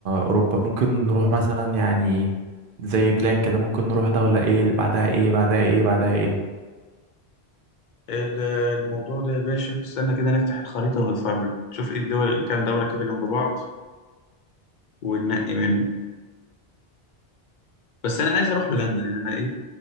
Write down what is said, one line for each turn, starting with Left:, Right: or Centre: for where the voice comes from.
Right: اوروبا ممكن نروح مثلا يعني زي بلان كده ممكن نروح دولة ايه بعدها ايه بعدها ايه بعدها ايه
Left: ال- الموضوع ده يا باشا استنى كده نفتح الخريطه ونتفرج نشوف ايه الدول كام دوله كده جنب بعض وننقي منهم بس انا عايز اروح هولندا يعني انا ايه